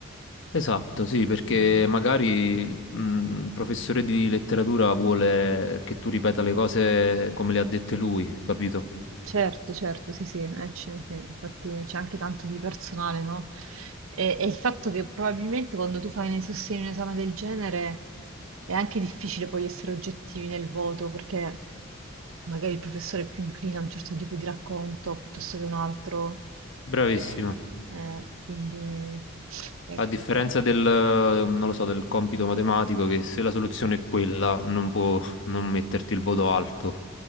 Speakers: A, on the left; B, on the right.
A: esatto, sì, perché
B: eh,
A: magari mh, il mm, professore di letteratura vuole che tu ripeta le cose come le ha dette lui, capito?
B: certo, certo, sì, sì, eh, c'è- sì, infatti c'è anche tanto di personale, no? E, e il fatto che probabilmente quando tu fai nei sostegni un esame del genere è anche difficile poi essere oggettivi nel voto, perché magari il professore è più inclina a un certo tipo di racconto piuttosto che un altro,
A: Bravissimo.
B: eh, eh, quindi... eh,
A: A differenza del, eh, non lo so, del compito matematico, che se la soluzione è quella, non può non metterti il voto alto.